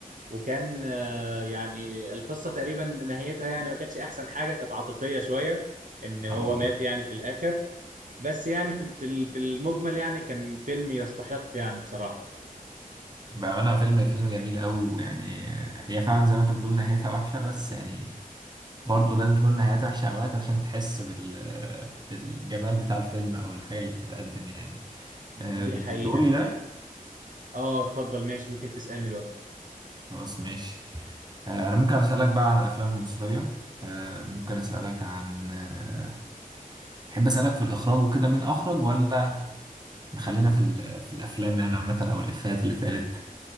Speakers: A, on the right; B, on the right.
A: وكان آه، يعني القصه تقريبا نهايتها يعني ما كانتش احسن حاجه كانت عاطفيه شويه ان هو
B: اه
A: مات يعني في الاخر بس يعني في ال- في ال- في المجمل يعني كان فيلم يستحق يعني بصراحه
B: بأمانة فيلم فيلم جميل قوي ويعني هي فعلا زي ما انت بتقول نهايتها وحشة بس يعني برضه لازم تكون النهايات وحشة أوقات عشان تحس بال... بالجمال بتاع الفيلم أو الحاجة اللي بتتقدم يعني أم،
A: دي حقيقه
B: دوري ده
A: اه اتفضل ماشي ممكن تسالني دلوقتي
B: خلاص ماشي أه، أنا ممكن أسألك بقى عن الأفلام المصرية أه، ممكن أسألك عن أه، تحب أسألك في الإخراج وكده مين أخرج ولا نخلينا في ال... في الأفلام يعني عامة أو الإفيهات اللي اتقالت